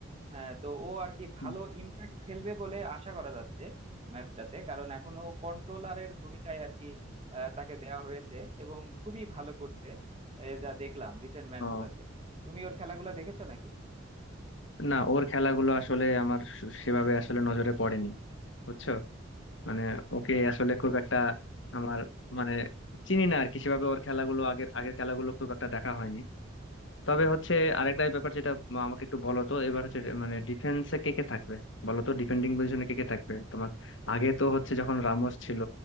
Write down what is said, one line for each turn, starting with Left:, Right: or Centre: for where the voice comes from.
Right: হ্যাঁ তো ও আর কি ভালো
Left: হুম।
Right: ইম্প্যাক্ট ফেলবে বলে আশা করা যাচ্ছে ম্যাচটাতে কারণ এখনো কন্ট্রোলারের ভূমিকায় আর কি আহ, তাকে দেওয়া হয়েছে এবং খুবই ভালো করছে এ, যা দেখলাম রিসেন্ট ম্যাচগুলাতে
Left: ও
Right: তুমি ওর খেলাগুলো দেখেছো নাকি
Left: না ওর খেলাগুলো আসলে আমার স- সেভাবে আসলে নজরে পড়েনি বুঝছো মানে ওকে আসলে খুব একটা আমার মানে চিনি না আর কি সেভাবে ওর খেলাগুলো আগের আগের খেলাগুলো খুব একটা দেখা হয়নি তবে হচ্ছে আরেকটা ব্যাপার যেটা আমাকে একটু বলো তো এবার হচ্ছে মানে ডিফেন্সে কে কে থাকবে বলো তো ডিফেন্ডিং পজিশনে কে কে থাকবে তোমার আগে তো হচ্ছে যখন রামোস ছিল